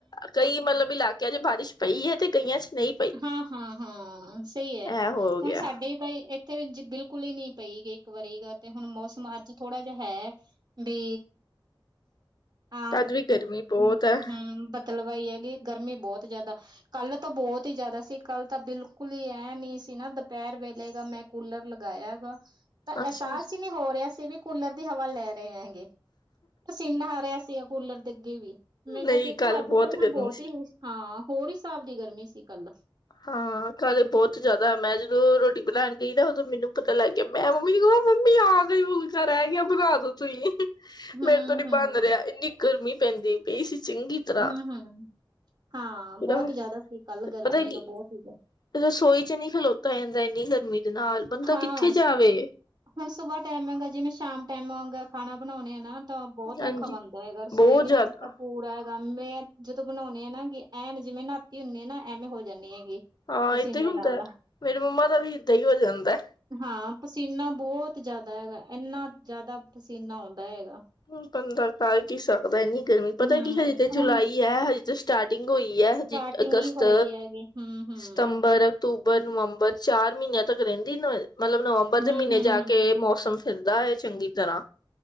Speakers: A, on the left; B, on the right.
A: ਕਈ ਮਤਲਬ ਇਲਾਕਿਆਂ ਚ ਬਾਰਿਸ਼ ਪਈ ਏ ਤੇ ਕਈਆਂ 'ਚ ਨਈ
B: ਹਾਂ, ਹਾਂ, ਹਾਂ ਸਈ ਐ
A: ਇਹ ਹੋ ਗਿਆ
B: ਹੁਨ ਸਾਡੇ ਤਾਂ ਇੱਕ ਇੱਥੇ ਵੀ ਬਿਲਕੁਲ ਹੀ ਨੀ ਪਈ ਗਈ ਇੱਕ ਵਾਰੀ ਗ ਤੇ ਹੁਣ ਮੌਸਮ ਅੱਜ ਥੋੜਾ ਜਾ ਹੈ ਬੀ <unintelligible>
A: ਤਦ ਵੀ ਗਰਮੀ ਬਹੁਤ ਹੈ
B: ਹੂੰ <unintelligible> ਮਤਲਬ ਏਈ ਹੈ ਕਿ ਗਰਮੀ ਬੋਤ ਜਾਦਾ ਕੱਲ ਤਾਂ ਬੋਤ ਬੋਤ ਈ ਜਾਦਾ ਸੀ ਕੱਲ ਤਾਂ ਬਿਲਕੁਲ ਹੀ ਇਹ ਨੀ ਸੀ ਨਾ ਦੁਪਹਿਰ ਵੇਲੇ ਗ ਮੈਂ ਕੂਲਰ ਲਗਾਇਆ ਹੈਗਾ ਤਾਂ ਅਹਿਸਾਸ
A: ਅੱਛਾ
B: ਹੀ ਨਹੀਂ ਹੋ ਰਿਹਾ ਸੀ ਵੀ ਕੂਲਰ ਦੀ ਹਵਾ ਲੈ ਰਹੇ ਹੈਗੇ, ਪਸੀਨਾ ਆ ਰਿਹਾ ਸੀ। ਕੂਲਰ ਦੇ ਅੱਗੇ ਵੀ, ਮੈਂ ਕਿਹਾ
A: ਨਹੀਂ
B: ਦੇਖੋ
A: ਕੱਲ
B: ਅੱਜ
A: ਬਹੁਤ
B: ਤਾਂ ਮੈਂ ਕਿਹਾ
A: ਗਰਮੀ
B: ਬੋਤ
A: ਸੀ।
B: ਈ ਹਾਂ, ਹੋਰ ਹਿਸਾਬ ਦੀ ਗਰਮੀ ਸੀ ਕੱਲ।
A: ਹਾਂ ਕੱਲ ਬੋਤ ਜਾਦਾ, ਮੈਂ ਜਦੋਂ ਰੋਟੀ ਬਣਾਣ ਗਈ ਨਾ, ਉਦੋਂ ਮੈਨੂੰ ਪਤਾ ਲੱਗ ਗਿਆ ਮੈਂ ਮੰਮੀ ਨੂੰ ਕਵਾਂ ਮੰਮੀ ਆਖਰੀ ਫੁਲਕਾ ਰਹਿ ਗਿਆ ਬਨਾ ਦੋ ਤੁਸੀਂ।
B: ਹੂੰ,
A: ਮੇਰੇ ਤੋਂ ਨੀ
B: ਹੂੰ,
A: ਬੰਨ ਰਿਹਾ, ਇੰਨੀ ਗਰਮੀ ਪੈਂਦੀ ਪਈ ਸੀ ਚੰਗੀ। ਤਰ੍ਹਾਂ
B: ਹੂੰ-ਹੂੰ, ਹਾਂ
A: ਪੂਰਾ
B: ਬੋਤ ਜਾਦਾ ਸੀ ਕੱਲ ਗਰਮੀ
A: ਪਤਾ ਕੀ
B: ਬੋਤ ਈ ਜਾਦਾ।
A: ਰਸੋਈ 'ਚ ਨੀ ਖਲੋਤਾ ਜਾਂਦਾ ਇੰਨੀ ਗਰਮੀ ਦੇ ਨਾਲ। ਬੰਦਾ
B: ਹਾਂ,
A: ਕਿੱਥੇ ਜਾਵੇ
B: ਹੁਣ ਸੁਬਾਹ ਟਾਈਮ ਆਗਾ, ਜਿਵੇਂ ਸ਼ਾਮ ਟਾਈਮ ਹਗਾ। ਖਾਨਾ ਬਣਾਉਣੇ ਆ ਨਾ ਤਾਂ ਬੋਤ
A: ਹਾਂਜੀ।
B: ਔਖਾ ਬਣਦਾ ਹੈਗਾ ਰਸੋਈ
A: ਬਹੁਤ
B: ਦੇ
A: ਜ਼ਿਆਦਾ
B: ਵਿੱਚ ਤਾਂ ਪੂਰਾ ਹੈਗਾ ਮੈਂ ਜਦੋਂ ਬਣਾਉਂਣੀ ਆ ਨਾ ਕਿ ਐਂਨ ਜਿਵੇਂ ਨਹਾਤੀ ਹੁੰਦੀ ਆਂ ਨਾ ਐਵੇਂ ਹੋ ਜਾਂਦੀ ਹੈਗੀ।
A: ਹਾਂ
B: ਪਸੀਨੇ
A: ਏਦਾਂ ਈ ਹੁੰਦਾ,
B: ਨਾਲ
A: ਮੇਰੀ ਮੰਮਾ ਦਾ ਵੀ ਏਦਾਂ ਈ ਹੋ ਜਾਂਦਾ ਐ।
B: ਹਾਂ ਪਸੀਨਾ ਬੋਤ ਜਾਦਾ ਹੈਗਾ, ਏਨਾਂ ਜਾਦਾ ਪਸੀਨਾ ਆਉਂਦਾ ਹੈਗਾ।
A: ਹੁਨ ਬੰਦਾ ਕਰ ਕੀ ਸਕਦਾ, ਇੰਨੀ ਗਰਮੀ
B: ਹੂੰ
A: ਪਤਾ ਕੀ ਹਜੇ ਤੇ ਜੁਲਾਈ
B: ਹੁਣ
A: ਹੈ ਹਜੇ ਤਾਂ ਸਟਾਰਟਿੰਗ ਹੋਈ ਹੈ
B: ਸਟਾਰਟਿੰਗ
A: ਹਜੇ ਅਗਸਤ,
B: ਹੀ ਹੋਈ ਹੈਗੀ ਹੂੰ, ਹੂੰ।
A: ਸਤੰਬਰ ਅਕਤੂਬਰ, ਨਵੰਬਰ ਚਾਰ ਮਹੀਨਿਆਂ ਤੱਕ ਰਹਿੰਦੀ ਮਤਲਬ ਨਵੰਬਰ
B: ਹੂੰ,
A: ਦੇ ਮਹੀਨੇ
B: ਹੂੰ,
A: ਜਾ
B: ਹੂੰ।
A: ਕੇ ਮੌਸਮ ਹੁੰਦਾ ਏ ਚੰਗੀ ਤਰ੍ਹਾਂ।